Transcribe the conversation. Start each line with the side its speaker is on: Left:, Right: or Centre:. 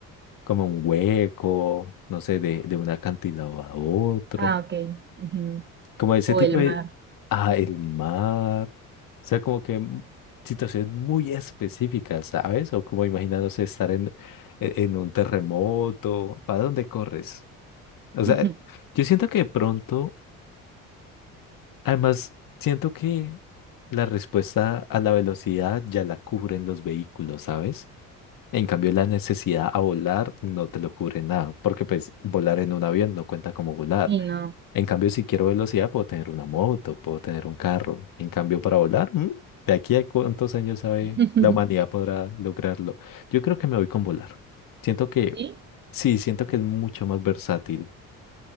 Left: como un hueco, no sé, de, de un acantilado a otro,
Right: Ah, ok. ujú.
Left: como ese
Right: O
Left: tipo
Right: el
Left: de...
Right: mar.
Left: Ah, el mar. O sea, como que m- situaciones muy específicas, ¿sabes? O como imaginándose estar en, e- en un terremoto, ¿para dónde corres? O sea,
Right: <laughs>
Left: yo siento que de pronto... Además, siento que la respuesta a la velocidad ya la cubren los vehículos, ¿sabes? En cambio, la necesidad a volar no te lo cubre nada, porque pues volar en un avión no cuenta como volar.
Right: Sí, no.
Left: En cambio, si quiero velocidad, puedo tener una moto, puedo tener un carro. En cambio, para volar, ¿mm? ¿De aquí a cuántos años sabe
Right: <laughs>
Left: la humanidad podrá lograrlo? Yo creo que me voy con volar. Siento que,
Right: Sí,
Left: sí, siento que es mucho más versátil.